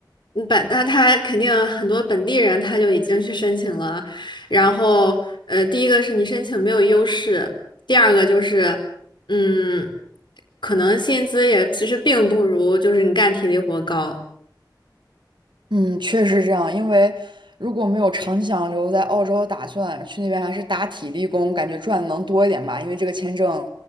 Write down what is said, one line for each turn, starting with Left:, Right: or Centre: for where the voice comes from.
Left: 嗯本那他肯定很多本地人他就已经去申请了，然后呃，第一个是你申请没有优势，第二个就是嗯，可能薪资也其实并不如就是你干体力活高。
Right: 嗯，确实是这样。因为如果没有长期想留在澳洲的打算，去那边还是打体力工，感觉赚的能多一点吧。因为这个签证